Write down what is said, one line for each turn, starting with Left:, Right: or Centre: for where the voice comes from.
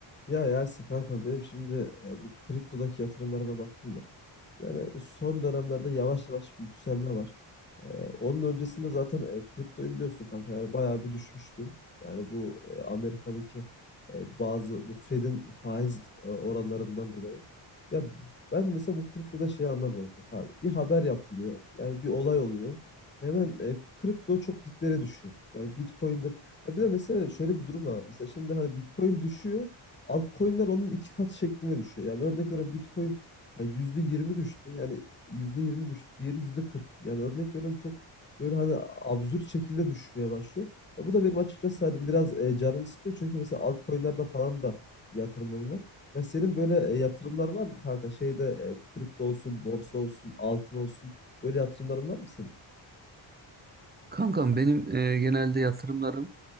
Left: Ya Yasin kanka benim şimdi e, bu kriptodaki yatırımlarıma baktım da. Yani son dönemlerde yavaş yavaş bir yükselme var. Ee, onun öncesinde zaten e, kriptoyu biliyorsun kanka yani bayağı bir düşmüştü. Yani bu e, Amerika'daki e, bazı bu Fed'in faiz e, oranlarından dolayı. Ya ben mesela bu kriptoda şeyi anlamıyorum pek abi. Bir haber yapılıyor. Yani bir olay oluyor. Hemen e, kripto çok diplere düşüyor. Yani Bitcoin'dir. Ya bir de mesela şöyle bir durum da var. Mesela şimdi hani Bitcoin düşüyor. Altcoin'ler onun iki katı şeklinde düşüyor. Yani örnek veriyorum Bitcoin yani Yüzde yirmi düştü. Yani %20 düştü. Diğeri yüzde kırk Yani örnek veriyorum çok böyle hani absürt şekilde düşmeye başlıyor. Ya bu da benim açıkçası hani biraz e, canımı sıkıyor. Çünkü mesela altcoin'lerde falan da yatırımım var. Ya senin böyle e, yatırımlar var mı kanka? Şeyde e, kripto olsun, borsa olsun, altın olsun. Böyle yatırımların var mı senin?
Right: Kankam benim e, genelde yatırımlarım